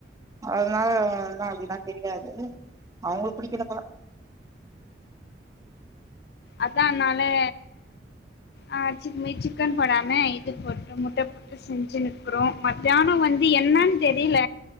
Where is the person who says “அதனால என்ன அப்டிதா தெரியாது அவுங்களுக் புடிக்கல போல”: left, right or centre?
Right